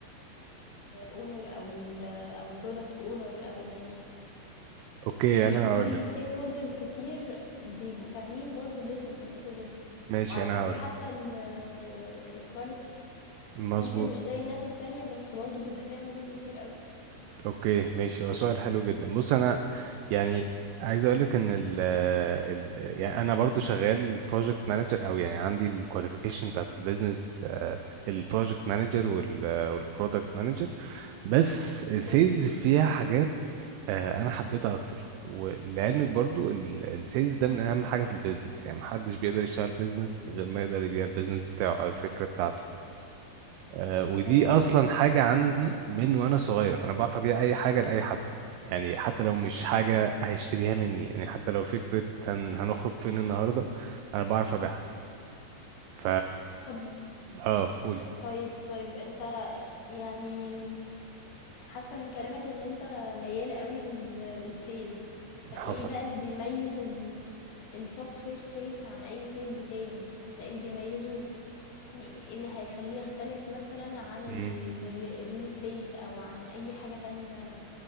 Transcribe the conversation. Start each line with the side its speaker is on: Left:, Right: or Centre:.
Left: اونر أو ال أو البرودكت اونر أو يعني
Right: اوكي
Left: في
Right: انا
Left: في
Right: هقول لك
Left: ستيك هولدرز كتير بيبقوا فاهمين برضو البيزنس من A to Z
Right: ماشي
Left: وعلى
Right: انا
Left: فكرة
Right: هقول
Left: حتى
Right: لك
Left: ال الquality
Right: مظبوط.
Left: ممكن مش زي الناس التانية بس برضه بيبقى فيهم جزء كبير أوي.
Right: اوكي ماشي هو سؤال حلو جدا بص انا يعني عايز اقول لك ان ال ال يعني انا برضو شغال بروجكت مانجر او يعني عندي الكواليفيكيشن بتاعت البيزنس البروجكت مانجر والبرودكت مانجر بس السيلز
Left: جميل،
Right: فيها حاجات آه، انا حبيتها اكتر ولعلمك برضو السيلز ده
Left: إمم،
Right: من اهم حاجه في البيزنس يعني محدش بيقدر يشتغل بيزنس من غير ما يقدر يبيع البيزنس بتاعه او الفكره بتاعته آه، ودي
Left: تمام.
Right: اصلا حاجه عندي من وانا صغير انا بعرف ابيع اي حاجه لاي حد يعني حتى لو مش حاجه هيشتريها مني يعني حتى لو فكره هن... هنخرج فين النهارده انا بعرف ابيعها ف
Left: طب
Right: اه قولي
Left: طيب، طيب أنت يعني م حاسة من كلامك إن أنت ميّال أوي لل للsales فإيه
Right: حصل
Left: بقى اللي بيميّز ال الsoftware sales عن أي sales تاني؟ مثلًا إيه اللي بيميّزه يعني إيه اللي هيخلّيه يختلف مثلًا عن الر
Right: مم.
Left: real estate أو عن أي حاجة تانية